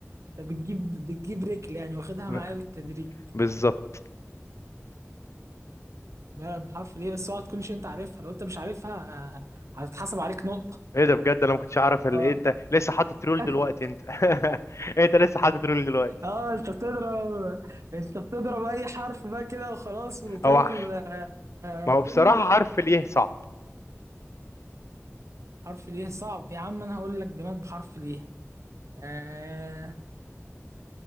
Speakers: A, on the right; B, on the left.
A: انت بتجيب بتجيب رجل يعني واخدها
B: ب-
A: معايا بالتدريج
B: بالظبط
A: بلد بحرف ليه بس اوعى تكونش انت عارفها لو انت مش عارفها آه، هتتحسب عليك نقطة
B: ايه ده بجد انا ما كنتش اعرف ال...
A: اه
B: إيه انت لسه حاطط رول
A: <laughs>
B: دلوقتي انت <laughs> انت لسه حاطط رول دلوقتي
A: اه انت بتضرب انت بتضرب اي حرف بقى كده وخلاص وتقول
B: هو
A: آه، آه،
B: ما
A: قول
B: هو بصراحة
A: لي
B: حرف اليه صعب
A: حرف ليه صعب يا عم انا هقول لك جماد بحرف ليه آه